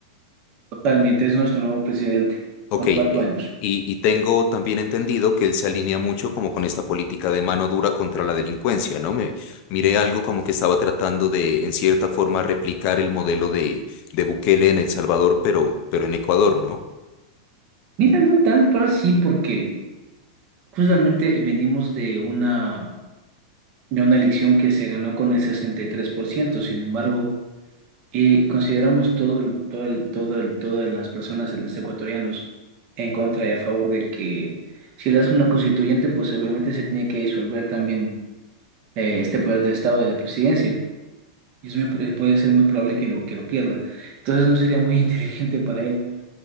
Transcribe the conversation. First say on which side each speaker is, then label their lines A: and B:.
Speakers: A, on the right; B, on the left.
A: Totalmente, es nuestro nuevo presidente
B: Ok,
A: por
B: eh,
A: cuatro años.
B: y, y tengo también entendido que él se alinea mucho como con esta política de mano dura contra la delincuencia, ¿no? Me miré algo como que estaba tratando de, en cierta forma, replicar el modelo de, de Bukele en El Salvador, pero, pero en Ecuador, ¿no?
A: Mira, no tanto así porque... Justamente venimos de una, de una elección que se ganó con el sesenta y tres por ciento sin embargo, eh, consideramos todo el- todo el- todo el- todas las personas, los ecuatorianos, en contra y a favor de que si él hace una constituyente, pues obviamente se tiene que disolver también eh, este poder del Estado de la presidencia. Y es muy pr- puede ser muy probable que lo, que lo pierda. Entonces no sería muy <laughs> inteligente para él